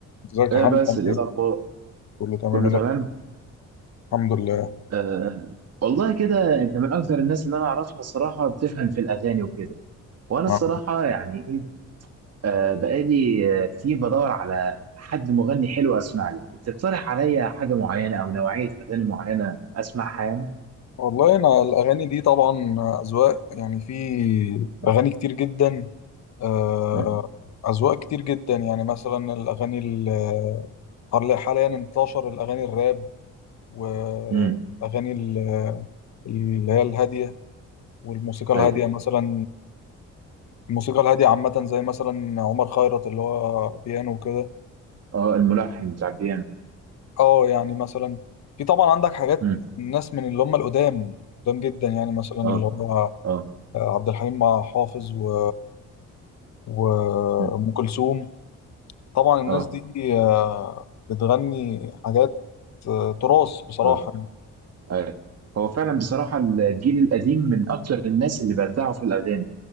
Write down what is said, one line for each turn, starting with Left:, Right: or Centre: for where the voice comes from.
Left: ازيك
Right: ايه
Left: يا حمد
Right: بس
Left: عامل
Right: ايه
Left: ايه؟
Right: الاخبار
Left: كله تمام
Right: كله
Left: يلا،
Right: تمام
Left: الحمد لله
Right: آه والله كده انت من اكثر الناس اللي انا اعرفها الصراحه بتفهم في الاغاني وكده وانا
Left: مع-
Right: الصراحه يعني ايه آه بقالي آه، كتير بدور على حد مغني حلو اسمع له تقترح عليا حاجه معينه او نوعيه اغاني معينه اسمعها يعني
Left: والله انا الاغاني دي طبعا اذواق يعني في
Right: مم.
Left: اغاني كتير جدا آه،
Right: مم.
Left: اذواق كتير جدا يعني مثلا الاغاني ال- حال- حاليا انتشر الاغاني الراب واغاني
Right: مم.
Left: ال- اللي هي الهاديه والموسيقى
Right: ايوه
Left: الهاديه مثلا الموسيقى الهاديه عامه زي مثلا عمر خيرت اللي هو بيانو وكده
Right: اه الملحن بتاع البيانو
Left: اه يعني مثلا في طبعا عندك حاجات
Right: مم.
Left: الناس من اللي هم القدام قدام جدا يعني مثلا اللي
Right: اه
Left: هو
Right: اه
Left: آه، عبد الحليم مع حافظ و وأم
Right: مم.
Left: كلثوم طبعا الناس
Right: اه
Left: دي آه، بتغني حاجات آه، تراث بصراحة
Right: اه
Left: يعني
Right: ايوه هو فعلا بصراحه الجيل القديم من اكثر الناس اللي بدعوا في الاغاني